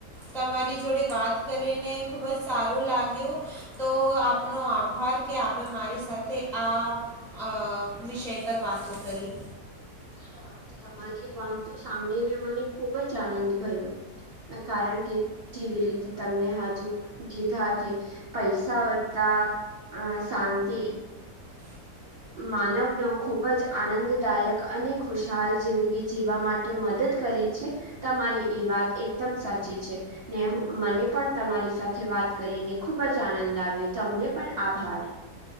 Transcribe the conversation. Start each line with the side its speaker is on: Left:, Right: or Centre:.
Centre: તમારી જોડે વાત કરીને ખુબ જ સારું લાગ્યું, તો આપનો આભાર કે આપે મારી સાથે આ વિષય પર વાતો કરી.
Right: હા તમારી વાતો સાંભળીને મને ખુબ જ આનંદ થયો, કારણ કે જેવી રીતે તમને હજુ કીધા કે, પૈસા વત્તા હ શાંત તે માનવનો ખૂબ જ આનંદદાયક અને ખુશહાલ જિંદગી જીવવા માટે મદદ કરે છે, તમારી એ વાત એકદમ સાચી છે, ને મને પણ તમારી સાથે વાત કરીને ખુબ જ આનંદ આવ્યો તમને પણ આભાર.